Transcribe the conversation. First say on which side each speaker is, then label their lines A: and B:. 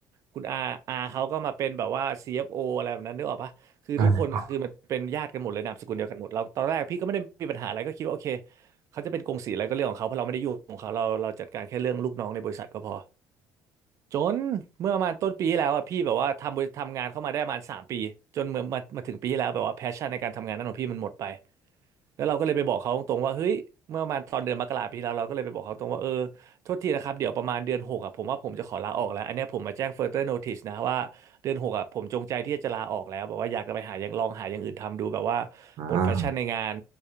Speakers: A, on the right (about 45°); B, on the right (about 65°).
A: คุณอาอาเขาก็มาเป็นแบบว่า CFO อฟโออะไรแบบนั้นนึกออกปะคือทุกคนคือมันเป็นญาติกันหมดเลยนามสกุลเดียวกันหมดเราตอนแรกพี่ก็ไม่ได้มีปัญหาอะไรก็คิดว่าโอเค
B: อ่า
A: เขาจะเป็นกงสีอะไรก็เรื่องของเขาเพราะเราไม่ได้ยุ่งของเขาเราเราจัดการแค่เรื่องลูกน้องในบริษัทก็พอจนเมื่อประมาณต้นปีที่แล้วอ่ะพี่แบบว่าทำบริทำงานเข้ามาได้ประมาณสามปีจนเมื่อมามาถึงปีที่แล้วแบบว่าแพชชั่นในการทำงานนั้นของพี่มันหมดไป แล้วเราก็เลยไปบอกเขาตรงๆว่าเฮ้ยเมื่อประมาณตอนเดือนมกราปีที่แล้วเราก็เลยไปบอกเขาตรงว่าเออโทษทีนะครับเดี๋ยวประมาณเดือนหกอ่ะผมว่าผมจะขอลาออกแล้วอันเนี้ยผมมาแจ้ง further notice นะว่าเดือนหกอ่ะผมจงใจที่จะลาออกแล้วแบบว่าอยากจะไปหาอย่างลองหาอย่างอื่นทำดูแบบว่า
B: อ่า
A: หมด passion ในงาน